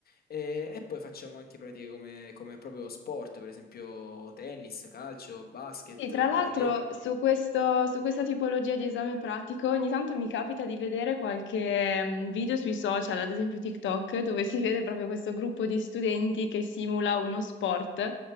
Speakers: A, on the left (about 50°); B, on the left (about 70°).
A: e, e poi facciamo anche pratiche come, come proprio sport, per esempio tennis, calcio, basket,
B: Sì, tra
A: atletica.
B: l'altro su questo- su questa tipologia di esame pratico ogni tanto mi capita di vedere qualche mm, video sui social, ad esempio TikTok, dove si <laughs> vede proprio questo gruppo di studenti che simula uno sport.